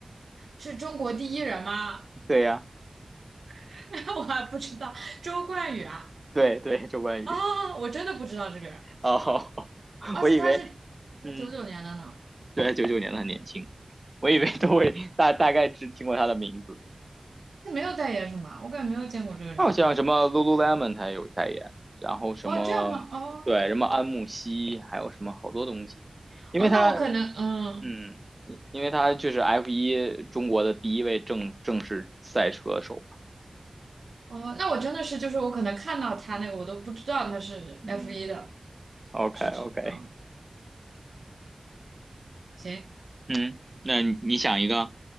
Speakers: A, on the right; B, on the right.
A: 是中国第一人吗？
B: 对呀、
A: <laughs> 我还不知道，周冠宇啊
B: 对对，周冠宇，
A: 啊，我真的不知道这个人，
B: 哦，<laughs>
A: 而且他是他九九年的呢，
B: 我以为，嗯。对，九九年的很年轻，我以为都会大大概只听过他的名字。
A: 他没有代言是吗？我感觉没有见过这个人啊。
B: 他好像什么 Lululemon 他也有代言，然后什么对什么安慕希，
A: 哦，这样吗？哦
B: 还有什么好多东西，因为他
A: 哦，那我可能嗯
B: 嗯，因为他就是 F 一中国的第一位正正式赛车手。
A: 哦，那我真的是就是我可能看到他那个我都不知道他是
B: 嗯
A: F 一的，
B: ，OK
A: 是指嗯
B: OK，
A: 行
B: 嗯，那你你想一个，